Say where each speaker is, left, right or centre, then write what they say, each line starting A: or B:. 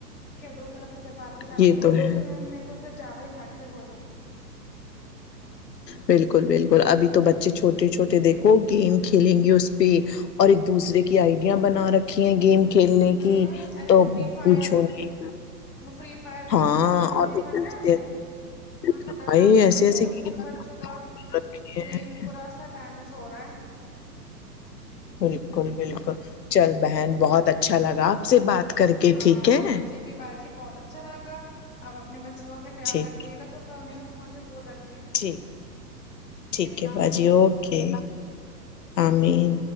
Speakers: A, on the left (about 20°); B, on the left (about 75°).
A: کیا دو طرف سے جب باتیں جاتی
B: یہ
A: ہیں نا
B: تو
A: بچوں
B: ہے
A: کے ذہن میں تو پھر زیادہ افیکٹو ہو جاتی ہیں
B: بالکل بالکل ابھی تو بچے چھوٹے چھوٹے دیکھو گیم کھیلیں گے اس پہ اور ایک دوسرے کی آئیڈیا بنا رکھی ہیں گیم کھیلنے
A: ہوں
B: کی
A: ارے
B: تو
A: وہ فری فائر
B: پوچھو نہیں
A: وہ فری فائر
B: ہاں
A: دیکھی ہے آپ نے
B: اور
A: دیکھ
B: ایسے
A: رکھا ہے آپ نے
B: ایسے
A: اتنا خطرناک
B: ایسے
A: گیم
B: ایسے
A: ہے اس
B: گیم
A: سے تو بچوں کا
B: رکھے
A: برین
B: ہیں
A: برا سا ڈیمیج ہو رہا ہے
B: بالکل بالکل چل بہن بہت اچھا لگا آپ سے بات کر کے
A: ہاں
B: ٹھیک ہے
A: مجھے بھی باجی بہت اچھا لگا آپ اپنے بچوں کا خیال
B: ٹھیک
A: رکھیے گا تھوڑا انہیں بھی فون سے دور رکھ
B: ٹھیک ٹھیک
A: اللہ
B: ہے باجی
A: حافظ
B: اوکے آ مین